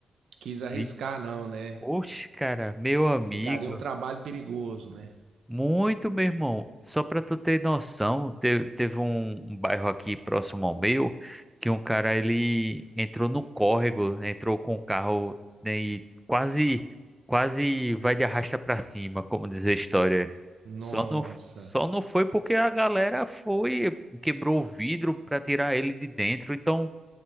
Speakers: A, on the right; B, in the centre.
A: Quis arriscar
B: Vi-
A: não, né?
B: Oxe, cara, meu amigo.
A: Ficaria um trabalho perigoso, né?
B: Muito, meu irmão. Só pra tu ter noção, teve, teve um, um bairro aqui próximo ao meu que um cara ele entrou no córrego, entrou com o carro né, e quase quase vai de arrasta pra cima, como diz a história.
A: Nossa.
B: Só não, só não foi porque a galera foi, quebrou o vidro pra tirar ele de dentro, então